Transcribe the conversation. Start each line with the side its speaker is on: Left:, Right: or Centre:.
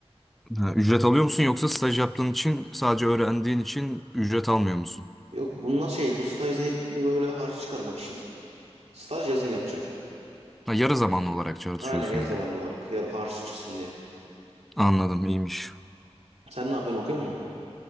Centre: Ha, ücret alıyor musun yoksa staj yaptığın için sadece öğrendiğin için ücret almıyor musun?
Right: Yok bunlar şey bu staj değil. Bu böyle harç çıkarmak için. Staj yazın yapacağım.
Centre: Ha, yarı zamanlı olarak çalışıyorsun
Right: Aynen yarı
Centre: yani.
Right: zamanlı olarak yar harç çıksın diye.
Centre: Anladım iyiymiş.
Right: Sen ne yapıyorsun okuyor musun?